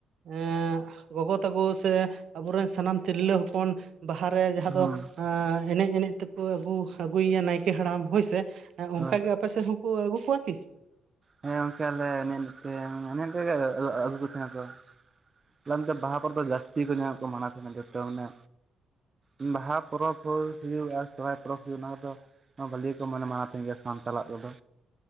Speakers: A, on the right; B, on the right.
A: ᱮᱸᱜ ᱜᱚᱜᱚ ᱛᱟᱠᱚ ᱥᱮ ᱟᱵᱚ ᱨᱮᱱ ᱥᱟᱱᱟᱢ ᱛᱤᱨᱞᱟᱹ ᱦᱚᱯᱚᱱ ᱵᱟᱦᱟ ᱨᱮ ᱡᱟᱦᱟᱸ
B: ᱦᱩᱸ
A: ᱫᱚ ᱟᱸᱻ ᱮᱱᱮᱡ ᱮᱱᱮᱡ ᱛᱮᱠᱚ ᱟᱹᱜᱩ ᱟᱹᱜᱩᱭᱮᱭᱟ ᱱᱟᱭᱠᱮ ᱦᱟᱲᱟᱢ ᱦᱳᱭ‌ ᱥᱮ᱾ ᱦᱮᱸ ᱚᱝᱠᱟ
B: ᱦᱳᱭ
A: ᱜᱮ ᱟᱯᱮ ᱥᱮᱜ ᱦᱚᱸᱠᱚ ᱟᱹᱜᱩ ᱠᱚᱣᱟ ᱠᱤ?
B: ᱦᱮᱸ ᱜᱚᱝᱠᱮ ᱟᱞᱮ ᱮᱱᱮᱡ ᱮᱱᱮᱡ ᱛᱮ ᱮᱱᱮᱡ ‌ᱮᱱᱮᱡ ᱛᱮᱜᱮ ‌ᱟᱹᱜᱩ, ᱟᱹᱜᱩ ᱠᱚ ᱛᱟᱦᱮᱱᱟ ᱠᱚ᱾ ᱞᱟᱹᱭᱟᱢ ‌ᱫᱚ ᱵᱟᱦᱟ ᱠᱚᱨᱮ ᱫᱚ ᱡᱟᱥᱛᱤ ᱠᱚ ᱧᱟᱜ ᱠᱚ ᱢᱟᱱᱟᱣ ᱛᱟᱦᱮᱱᱟ ᱡᱚᱛᱚ ᱢᱟᱱᱮ ᱩᱸ ᱵᱟᱦᱟ ᱯᱚᱨᱚᱵᱽ ᱦᱩᱭ ᱦᱩᱭᱩᱜ ᱟᱨ ᱥᱚᱨᱦᱟᱭ ᱯᱚᱨᱚᱵᱽ ᱦᱩᱭᱩᱜ ᱚᱱᱟ ᱠᱚᱫᱚ ᱱᱚᱣᱟ ᱵᱷᱟᱹᱞᱤ ᱜᱮᱠᱚ ᱢᱟᱱ ᱢᱟᱱᱟᱣ ᱛᱟᱦᱮᱱ ᱜᱮᱭᱟ ᱥᱟᱱᱛᱟᱞᱟᱜ ᱠᱚᱫᱚ᱾